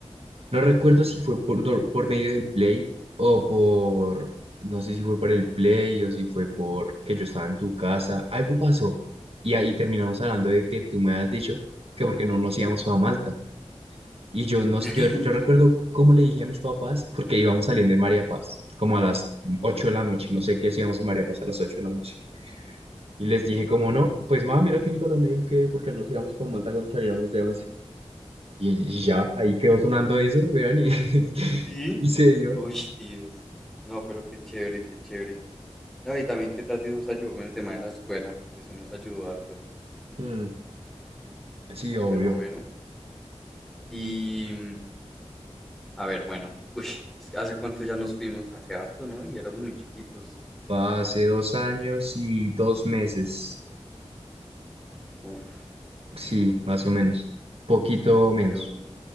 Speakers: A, on the right; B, in the centre.
A: No recuerdo si fue por, dor- por medio del Play o por... No sé si fue por el Play o si fue por que yo estaba en tu casa. Algo pasó. Y ahí terminamos hablando de que tú me has dicho que porque no nos íbamos a Malta. Y yo, no,
B: <laughs>
A: yo, yo recuerdo cómo le dije a mis papás, porque íbamos saliendo de María Paz, como a las 8 de la noche, no sé qué hacíamos en María Paz a las 8 de la noche. Y les dije como, no, pues mamá, mira que Nicolás me dijo que porque nos íbamos para Manta cuando saliéramos de once Y, y ya, ahí quedó sonando eso, vean, y, <laughs>
B: ¿Sí?
A: y se dio.
B: Uy, Dios. No, pero qué chévere, qué chévere. No, y también que Tati nos ayudó con el tema de la escuela. Eso nos ayudó harto.
A: Hmm, Sí,
B: No,
A: obvio.
B: pero bueno. Y, mm, a ver, bueno. Uy, es que hace cuánto ya nos fuimos. Hace harto, ¿no? Y éramos muy chiquitos.
A: Hace dos años y dos meses.
B: Uf,
A: Sí, más o menos. Poquito menos.
B: Dios.